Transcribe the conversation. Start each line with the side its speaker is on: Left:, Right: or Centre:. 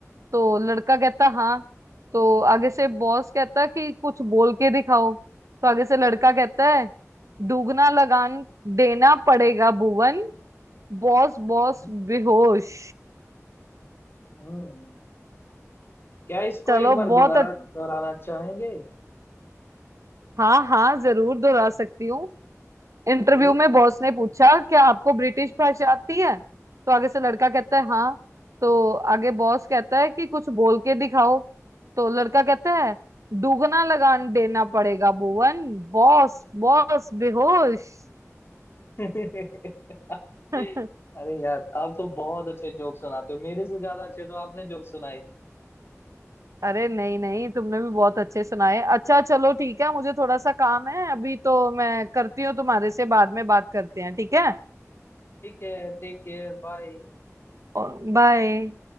Right: तो लड़का कहता हाँ तो आगे से बॉस कहता कि कुछ बोल के दिखाओ तो आगे से लड़का कहता है दुगना लगान देना पड़ेगा भुवन बॉस बॉस
Left: हम्म,
Right: बेहोश
Left: हम्म। क्या इसको
Right: चलो
Left: एक बार
Right: बहुत
Left: दोबारा
Right: अच्छ-
Left: दोहराना चाहेंगे
Right: हाँ हाँ जरूर दोहरा सकती हूँ इंटरव्यू
Left: बिल्कुल
Right: में बॉस ने पूछा क्या आपको ब्रिटिश भाषा आती है तो आगे से लड़का कहता है हाँ तो आगे बॉस कहता है कि कुछ बोल के दिखाओ तो लड़का कहता है दुगना लगान देना पड़ेगा भुवन बॉस बॉस बेहोश
Left: <laughs>
Right: <laughs>
Left: अरे यार आप तो बहुत अच्छे जोक सुनाते हो मेरे से ज्यादा अच्छे तो आपने जोक सुनाए
Right: अरे नहीं नहीं तुमने भी बहुत अच्छे सुनाए अच्छा चलो ठीक है मुझे थोड़ा सा काम है अभी तो मैं करती हूँ तुम्हारे से बाद में बात करते हैं ठीक है
Left: ठीक है टेक केयर बाय
Right: बाय